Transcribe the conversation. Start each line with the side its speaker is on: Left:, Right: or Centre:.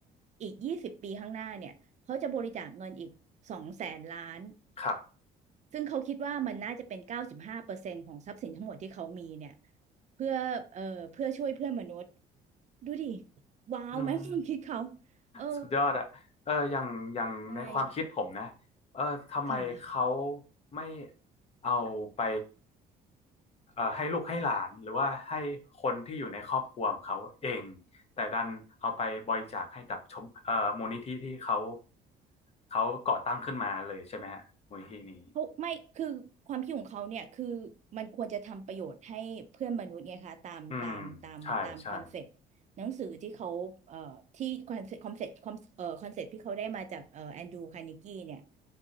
Right: อีกยี่สิบปีข้างหน้าเนี่ยเขาจะบริจาคเงินอีกสองแสนล้าน
Left: ครับ
Right: ซึ่งเขาคิดว่ามันน่าจะเป็นเก้าสิบห้าเปอร์เซ็นต์ของทรัพย์สินทั้งหมดที่เขามีเนี่ยเพื่อเอ่อเพื่อช่วยเพื่อนมนุษย์ดูดิว้าวไหมความคิดเขา
Left: อืม
Right: เออ
Left: สุดยอดอะเอออย่างอย่างในความคิดผมนะเออทำไมเขา
Right: ใช่ค่ะ
Left: ไม่ เอาไปเอ่อให้ลูกให้หลานหรือว่าให้คนที่อยู่ในครอบครัวของเขาเองแต่ดันเอาไปบริจาคให้กับชมเอ่อมูลนิธิที่เขาเขาก่อตั้งขึ้นมาเลยใช่ไหมฮะมูลนิธินี้
Right: เขาไม่คือความคิดของเขาเนี่ยคือมันควรจะทำประโยชน์ให้เพื่อนมนุษย์ไงคะตามตามตามตามคอนเซปต์หนังสือที่เขาเอ่อที่คอนเซปต์คอนเซปต์เอ่อคอนเซปต์ที่เขาได้มาจากเอ่อแอนดรูคาร์เนกีเนี่ย
Left: อืมใช่ใช่